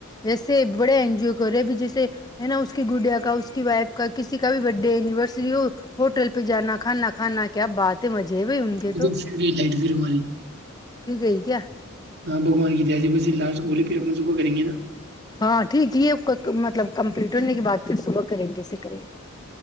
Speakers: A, on the left; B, on the right.
A: ایسے بڑے انجوائے کر رہے ہیںب جیسے ہے نا اس کی گڈیا کا اس کی وائف کا کسی کا بھی ب ڈے اینیورسری ہو ہوٹل پہ جانا کھانا کھانا کیا بات ہے مز جے بھائی ان کے
B: وہ
A: تو
B: پھر گئی لائٹ پھر ہماری
A: پ گئی کیا
B: ہاں بگوان ب سے لاسٹ بولے پھر اپنا صبح کریں گ نا
A: ہاں ٹھیک ہی مطلب کمپلیٹ ہونے کے بعد پھر صبح کریں گےکل